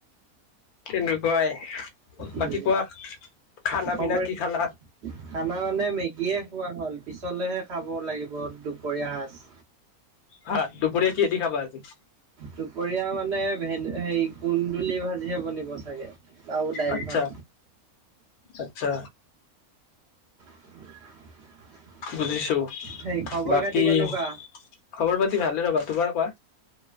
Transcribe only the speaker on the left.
তেনেকুৱাই।
বাকী কোৱা খানা
পিনা কি
খালা
ভাত, দুপৰীয়া কি হেদি খাবা আজি?
আচ্ছা,
আচ্ছা।
বুজিছো,
বাকী
খবৰ পাতি ভালে ৰ'বা, তোমাৰ কোৱা।